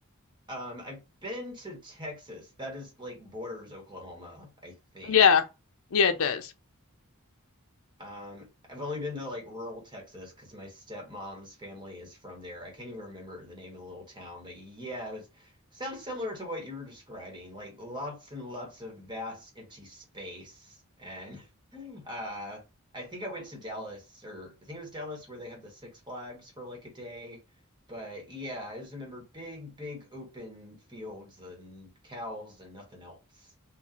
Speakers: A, on the right; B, on the left.
A: Um, I've been to Texas. That is like borders Oklahoma, I think.
B: yeah, yeah, it does.
A: Um, I've only been to like rural Texas because my stepmom's family is from there. I can't even remember the name of the little town, but yeah, it was sounds similar to what you were describing, like lots and lots of vast empty space. And <laughs> uh, I think I went to Dallas, or I think it was Dallas where they had the Six Flags for like a day. But yeah, I just remember big, big open fields and cows and nothing else.